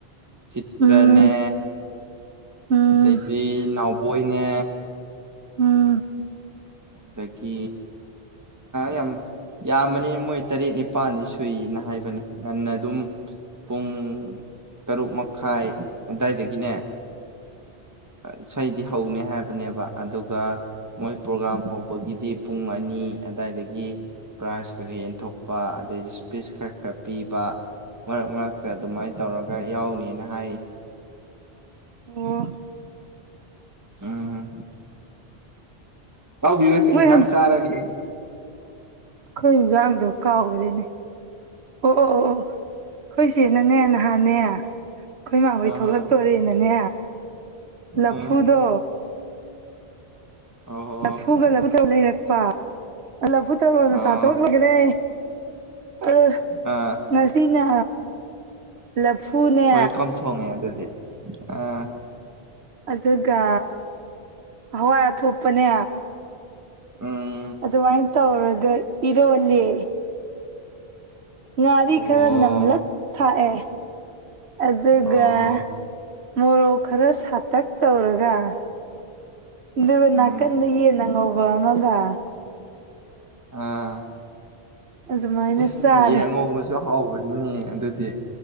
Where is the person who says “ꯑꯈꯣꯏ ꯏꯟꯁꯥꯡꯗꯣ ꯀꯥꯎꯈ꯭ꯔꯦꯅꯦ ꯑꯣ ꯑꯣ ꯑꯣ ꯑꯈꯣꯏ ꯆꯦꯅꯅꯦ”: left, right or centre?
Right